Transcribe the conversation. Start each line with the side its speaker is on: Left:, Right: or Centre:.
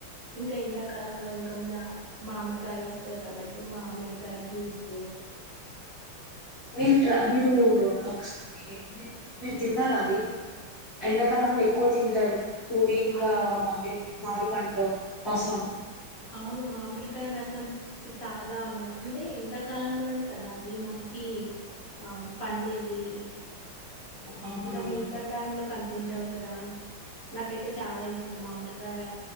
Right: ఇంకా ఎండాకాలంలో ఇంకా మా మామిడికాయలు వస్తాయి కాబట్టి మామిడికాయ జ్యూస్ మ్
Left: మీరు ట మీరు ఒకసారి మీరు తిన్నారా అది ఎండాకాలంలో
Right: ఆ
Left: ఎక్కువ తింటారు పూరి ఇంకా
Right: అవును
Left: మంగీ మామిడి పండు రసం
Right: అవును మామిడికాయ రసం తాగాను అంటే ఇంతకాలంలోనే కదా అవి మనకి అవి ఆ పండేవి
Left: అవునండి
Right: ఇంకా మిగతా టైమ్ లో కనిపించావు కదా నాకైతే చాలా ఇష్టమా మామిడి గా